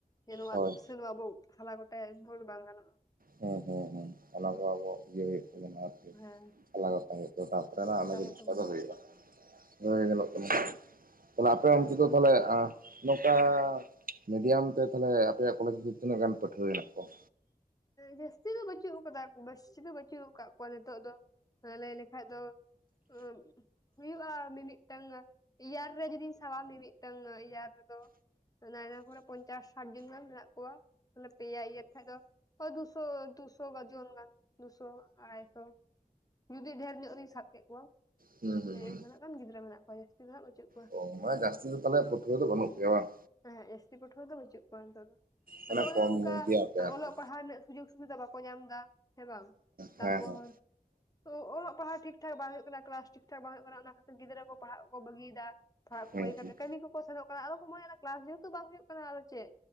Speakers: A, on the left; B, on the right.
A: ᱡᱮ ᱱᱚᱣᱟ
B: ᱦᱳᱭ
A: ᱥᱮ ᱱᱚᱣᱟ ᱵᱚ ᱥᱟᱞᱟ ᱜᱚᱴᱟᱭᱟ ᱮᱱᱵᱦᱳᱨ ᱵᱟᱝ ᱜᱟᱱᱚᱜᱼᱟ᱾
B: ᱦᱮᱸ ᱦᱮᱸ ᱦᱮᱸ, ᱚᱱᱟ
A: ᱦᱮᱸ
B: ᱠᱚ ᱟᱵᱚ ᱤᱭᱟᱹ ᱦᱩᱭᱩᱜ ᱛᱟᱵᱚᱱᱟ᱾
A: ᱦᱮᱸ
B: ᱥᱟᱞᱟᱜᱚᱴᱟ ᱦᱩᱭᱩᱜ-ᱟ ᱛᱟᱨᱯᱚᱨᱮ
A: ᱥᱟᱞᱟ ᱜᱚᱴᱟ
B: ᱚᱱᱟ ᱡᱤᱱᱤᱥᱴᱟ
A: ᱦᱩᱭᱩᱜ ᱛᱟᱵᱚᱱᱟ
B: ᱫᱚ ᱦᱩᱭᱩᱜᱼᱟ᱾ ᱜᱚᱜ
A: <unintelligible>
B: <inaudible> ᱛᱟᱦᱚᱞᱮ ᱟᱯᱮ ᱚᱱᱛᱮ ᱫᱚ ᱛᱟᱦᱚᱞᱮ ᱟᱸ ᱱᱚᱝᱠᱟ ᱢᱤᱰᱤᱭᱟᱢ ᱛᱮ ᱛᱟᱦᱞᱮ ᱟᱯᱮᱭᱟᱜ ᱠᱚᱞᱮᱡᱽ ᱫᱚ <inaudible> ᱛᱤᱱᱟᱹᱜ ᱜᱟᱱ ᱯᱟᱹᱴᱷᱩᱣᱟᱹ ᱦᱮᱱᱟᱜ ᱠᱚᱣᱟ?
A: ᱡᱟᱹᱥᱛᱤ ᱫᱚ ᱵᱟᱹᱪᱩᱜ ᱟᱠᱟᱫᱟ, ᱵᱟᱹᱥᱪᱤ ᱫᱚ ᱵᱟᱹᱪᱩᱜ ᱟᱠᱟᱜ ᱠᱚᱣᱟ ᱱᱤᱛᱚᱜ ᱫᱚ᱾ ᱞᱟᱹᱭ ᱞᱮᱠᱷᱟᱱᱡ ᱫᱚ ᱮᱸ ᱦᱩᱭᱩᱜᱼᱟ ᱢᱤ-ᱢᱤᱫᱴᱟᱝ ᱤᱭᱟᱨ ᱨᱮ ᱡᱩᱫᱤᱧ ᱥᱟᱵᱟ ᱢᱤ-ᱢᱤᱫᱴᱟᱝ ᱤᱭᱟᱨ ᱨᱮᱫᱚ ᱱᱟᱭ ᱱᱟᱭ ᱠᱚᱨᱮ ᱯᱚᱧᱪᱟᱥ ᱥᱟᱴ ᱡᱚᱱ ᱜᱟᱱ ᱢᱮᱱᱟᱜ ᱠᱚᱣᱟ᱾ ᱢᱟᱱᱮ ᱯᱮᱭᱟ ᱤᱭᱟᱨ ᱠᱷᱟᱡ ᱫᱚ ᱦᱳᱭ ᱫᱩᱥᱚ ᱫᱩᱥᱚ ᱜᱟ ᱡᱚᱱ ᱜᱟᱱ ᱫᱩᱥᱚ ᱟᱰᱟᱭ ᱥᱚ ᱾ ᱡᱩᱫᱤ ᱰᱷᱮᱨ ᱧᱚᱜ ᱨᱤᱧ ᱥᱟᱵ ᱠᱮᱫ ᱠᱚᱣᱟ,
B: ᱦᱩᱸ ᱦᱩᱸ
A: ᱦᱮᱧ
B: ᱦᱩᱸ
A: <inaudible> ᱜᱟᱱ ᱜᱤᱫᱽᱨᱟᱹ ᱢᱮᱱᱟᱜ ᱠᱚᱣᱟ ᱡᱟᱹᱥᱛᱤ ᱫᱚ ᱦᱟᱸᱜ ᱵᱟᱹᱪᱩᱜ ᱠᱚᱣᱟ᱾
B: ᱚ ᱢᱟᱱᱮ ᱡᱟᱹᱥᱛᱤ ᱫᱚ ᱛᱟᱦᱚᱞᱮ ᱯᱟᱹᱴᱷᱩᱣᱟᱹ ᱫᱚ ᱵᱟᱹᱱᱩᱜ ᱯᱮᱭᱟ ᱵᱟᱝ?
A: ᱮᱸᱦᱮᱸᱜ ᱡᱟᱹᱥᱛᱤ ᱯᱟᱹᱷᱣᱟᱹ ᱫᱚ ᱵᱟᱹᱪᱩᱜ ᱠᱚᱣᱟ ᱱᱤᱛᱚᱜ ᱫᱚ,
B: ᱢᱟᱱᱮ
A: ᱟᱫᱚ ᱚᱱᱮ
B: ᱠᱚᱢ
A: ᱱᱚᱚᱱᱠᱟ
B: ᱜᱮᱭᱟᱯᱮ
A: ᱚ-ᱚᱞᱚᱜ
B: ᱟᱨᱠᱤ
A: ᱦᱟᱸᱥ ᱩᱱᱟᱹᱜ ᱥᱩᱡᱳᱜ ᱥᱩᱵᱤᱫᱷᱟ ᱵᱟᱠᱚ ᱧᱟᱢ ᱮᱟ ᱦᱮᱸ ᱵᱟᱝ ᱛᱟᱯᱚᱨ
B: ᱦᱮᱸ ᱦᱮᱸ
A: ᱛᱚ ᱚᱞᱚᱜ ᱯᱟᱲᱦᱟᱜ ᱴᱷᱤᱠ ᱴᱷᱤᱠ ᱴᱷᱟᱠ ᱵᱟᱝ ᱦᱩᱭᱩᱜ ᱠᱟᱱᱟ ᱠᱞᱟᱥ ᱴᱷᱤᱠ ᱴᱷᱟᱠ ᱵᱟᱝ ᱴᱷᱤᱠ ᱴᱷᱤᱠ ᱴᱷᱟᱠ ᱵᱟᱝ ᱦᱩᱭᱩᱜ ᱠᱟᱱᱟ ᱠᱞᱠᱟᱥ ᱴᱷᱤᱠᱴᱷᱟᱠ ᱵᱟᱝ ᱦᱳᱭᱳᱜ ᱠᱟᱱᱟ ᱚᱱᱟ ᱠᱷᱟᱹ ᱛᱤᱨᱜᱤᱫᱽᱨᱟᱹ ᱠᱚ ᱯᱟᱲᱦᱟᱜ ᱠᱚ ᱵᱟᱹᱜᱤᱭᱫᱟ ᱯᱟᱲᱦᱟᱜ ᱠᱚ
B: ᱦᱮᱸ
A: ᱵᱟᱹᱜᱤ ᱠᱟᱛᱮ
B: ᱦᱩᱸ
A: ᱠᱟᱹᱢᱤ ᱠᱚ ᱠᱚ ᱥᱮᱱᱚᱜ ᱠᱟᱱᱟ ᱟᱫᱚ ᱠᱚ ᱢᱚᱱᱮᱫᱫᱟ ᱠᱞᱟᱥ ᱡᱮᱦᱮᱛᱩ ᱵᱟᱝ ᱦᱩᱭᱩᱜ ᱠᱟᱱᱟ ᱟᱫᱚ ᱪᱮᱫ